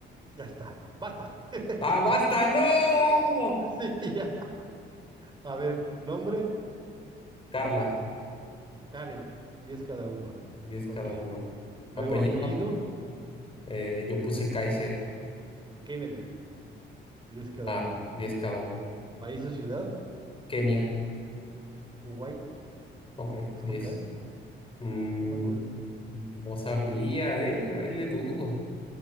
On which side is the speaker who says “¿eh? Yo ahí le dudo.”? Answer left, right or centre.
Left